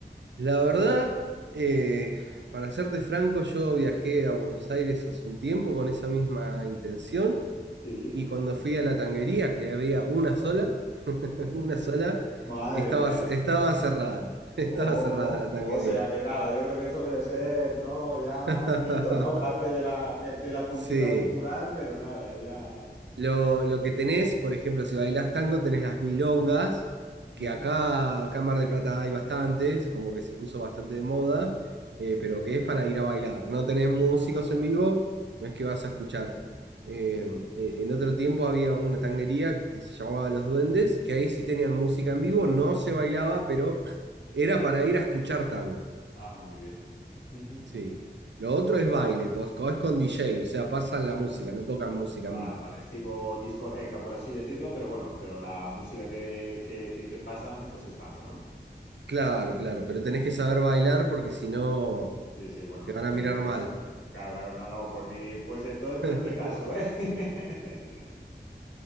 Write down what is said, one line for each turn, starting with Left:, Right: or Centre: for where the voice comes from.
Right: La verdad, eh, para serte franco, yo viajé a Buenos Aires hace un tiempo con esa misma intención.
Left: Sí.
Right: y cuando fui a la tanguería, que había una sola, <laughs>
Left: Que-
Right: una sola,
Left: Madre
Right: estaba,
Left: mía.
Right: estaba cerrada, <laughs> estaba
Left: Oh,
Right: cerrada la tanguería.
Left: o sea que nada, yo creo que eso debe ser, ¿no? Ya
Right: <laughs>
Left: mito, ¿no? Parte de la, de, de la cultura
Right: Sí.
Left: popular, pero nada, ya...
Right: Lo, lo que tenés, por ejemplo, si bailás tango, tenés las milongas,
Left: Ujú.
Right: que acá, acá en Mar del Plata hay bastantes, como que se puso bastante de moda, eh, pero que es para ir a bailar. No tenés
Left: Ah,
Right: músicos en vivo, no es que vas a escuchar. Eh,
Left: ujú.
Right: eh, en otro tiempo había una tanguería que se llamaba Los Duendes, que ahí sí tenían música en vivo, no se bailaba, pero era para ir a escuchar tango.
Left: Ah, muy bien. Ujú.
Right: Sí. Lo otro es baile, pues, es con DJ, o sea, pasan la música, no tocan música
Left: Vale,
Right: en vivo.
Left: vale, es tipo discoteca, por así decirlo, pero bueno, pero la música que, que, que- que pasan, pues es tango, ¿no?
Right: Claro, claro, pero tenés
Left: Sí,
Right: que saber bailar porque si no
Left: sí, sí, bueno,
Right: te van
Left: sí,
Right: a
Left: sí,
Right: mirar
Left: no, pues,
Right: mal.
Left: claro, claro, no, no, por mí, pues entonces no
Right: <laughs>
Left: es mi caso, ¿eh? <laughs>